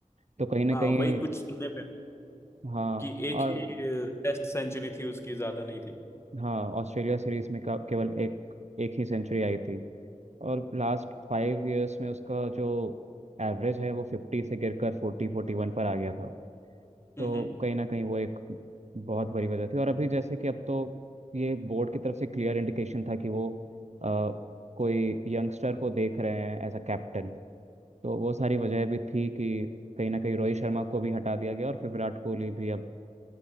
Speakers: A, on the right; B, on the left.
A: तो कहीं ना
B: हाँ
A: कहीं
B: वही कुछ सुनने में आया
A: हाँ
B: कि एक
A: और
B: ही टेस्ट सेंचुरी थी उसकी ज्यादा नहीं थी
A: हाँ ऑस्ट्रेलिया सीरीज में का- केवल एक एक ही सेंचुरी आई थी और लास्ट फाइव इयर्स में उसका जो एवरेज है वो फिफ्टी से गिरकर फोर्टी फोर्टी वन पर आ गया था तो
B: हम्म हम्म।
A: कहीं ना कहीं वो एक बहुत बड़ी वजह थी और अभी जैसे कि अब तो ये बोर्ड की तरफ से क्लियर इंडिकेशन था कि वो अ, कोई यंगस्टर को देख रहे हैं एज अ कैप्टन तो वो सारी वजह भी थी कि कहीं ना कहीं रोहित शर्मा को भी हटा दिया गया और फिर विराट कोहली भी अब